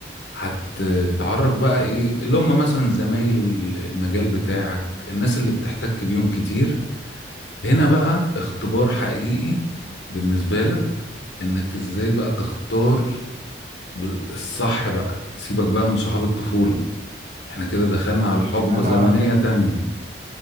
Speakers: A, on the left (about 80°); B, on the right (about 40°).
A: هتتعرف بقى ايه اللي هم مثلا زمايل ال- المجال بتاعك الناس اللي بتحتك بيهم كتير هنا بقى اختبار حقيقي بالنسبة لك انك ازاي بقى تختار ب- الصح بقى سيبك بقى من صحاب الطفولة احنا كده دخلنا
B: اه
A: على
B: يمكن
A: حقبة
B: انا
A: زمنية تانية